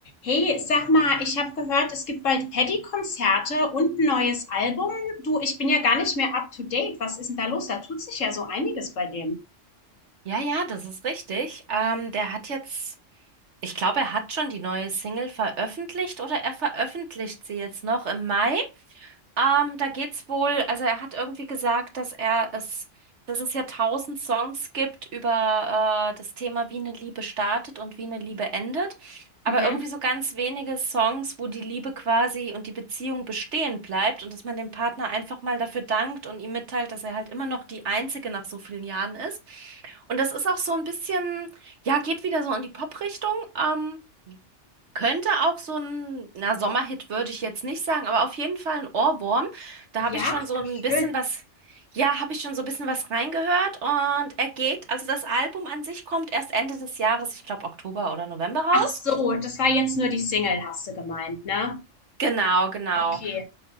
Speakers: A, on the left (about 85°); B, on the right (about 65°).
A: Hey, sag mal, ich habe gehört, es gibt bald Paddy-Konzerte und ein neues Album. Du, ich bin ja gar nicht mehr up to date. Was ist denn da los? Da tut sich ja so einiges bei dem.
B: Ja, ja, das ist richtig. Ähm, der hat jetzt, ich glaube, er hat schon die neue Single veröffentlicht oder er veröffentlicht sie jetzt noch im Mai. Ähm, da geht's wohl, also er hat irgendwie gesagt, dass er es, dass es ja tausend Songs gibt über äh, das Thema, wie eine Liebe startet und wie eine Liebe endet, aber
A: Mhm.
B: irgendwie so ganz wenige Songs, wo die Liebe quasi und die Beziehung bestehen bleibt und dass man dem Partner einfach mal dafür dankt und ihm mitteilt, dass er halt immer noch die Einzige nach so vielen Jahren ist. Und das ist auch so ein bisschen, ja, geht wieder so in die Pop-Richtung. Ähm, könnte auch so ein, na, Sommerhit würde ich jetzt nicht sagen, aber auf jeden Fall ein Ohrwurm. Da
A: Ja,
B: habe ich schon so
A: ach
B: ein
A: schön.
B: bisschen was, ja, habe ich schon so ein bisschen was reingehört und er geht, also das Album an sich kommt erst Ende des Jahres, ich glaube Oktober oder November raus.
A: Ach so, das war jetzt nur die Single, hast du gemeint, ne?
B: Genau, genau.
A: Okay,